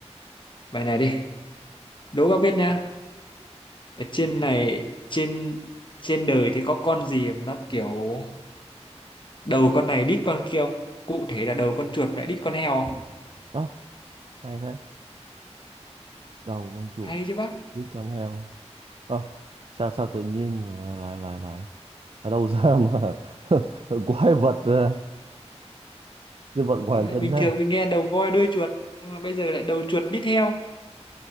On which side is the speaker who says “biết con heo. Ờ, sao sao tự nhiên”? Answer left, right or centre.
Right